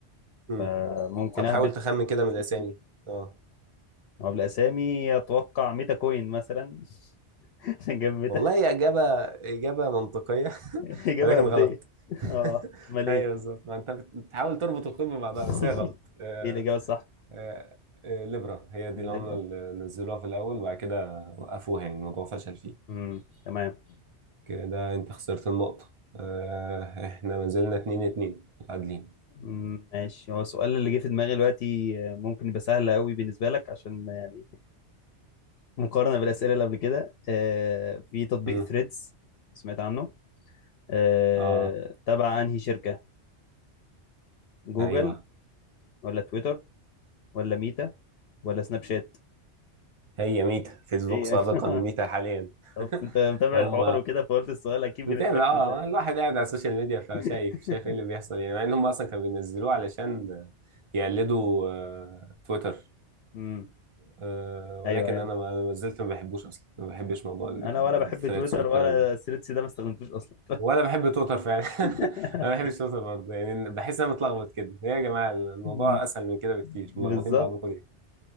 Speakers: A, on the right; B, on the left.
A: مم.
B: فممكن
A: طب
B: اهبط
A: حاول تخمن كده
B: اسم
A: من الاسامي
B: ال-
A: اه
B: هو بالاسامي اتوقع ميتا كوين مثلا <laughs> عشان جنب ميتا
A: والله هي إجابة إجابة منطقية <laughs>
B: <laughs> اجابه
A: ولكن
B: هبديه
A: غلط <laughs>
B: اه امال
A: ايوه
B: ايه
A: بالظبط ما انت بتحاول تربط الخيط ببعضها
B: <laughs>
A: بس هي غلط آه،
B: ايه الاجابه الصح
A: آه، آه، ليبرا هي دي
B: الابره
A: العملة اللي نزلوها في الأول وبعد كده وقفوها يعني الموضوع فشل فيه
B: امم تمام
A: كده أنت خسرت النقطة آه، إحنا ما زلنا اتنين اتنين متعادلين
B: مم، ماشي هو السؤال اللي جه في دماغي دلوقتي آه، ممكن يبقى سهل قوي بالنسبه لك عشان يعني مقارنه بالاسئله اللي قبل كده آه، في تطبيق
A: مم.
B: ثريدز سمعت عنه آه،
A: آه
B: تبع انهي شركه جوجل
A: أيوه
B: ولا تويتر ولا ميتا ولا سناب شات
A: هي ميتا فيسبوك
B: ايه يعني
A: سابقا
B: <laughs>
A: ميتا حاليا <laughs>
B: طب انت متابع
A: هم
B: الحوار وكده فقلت السؤال اكيد بالنسبه
A: متابع
B: لك
A: اه
B: هيبقى سهل
A: الواحد قاعد على السوشيال ميديا فشايف
B: <laughs>
A: شايف ايه اللي بيحصل يعني مع ان هم اصلا كانوا بينزلوه علشان يقلدوا آه، تويتر
B: امم
A: آه، ولكن
B: ايوه ايوه
A: انا ما ما زلت ما بحبوش اصلا ما بحبش موضوع ال-
B: انا
A: ال-
B: ولا بحب
A: الثريدز
B: تويتر
A: والكلام
B: ولا
A: ده
B: ثريدز ده ما استخدمتوش اصلا
A: ولا بحب تويتر فعلا <laughs>
B: <laughs>
A: انا ما بحبش تويتر برضه يعني بحس ان انا متلخبط كده إيه يا جماعه الموضوع
B: مم.
A: اسهل من كده بكتير
B: بالظبط
A: ملخبطين بعضكم ليه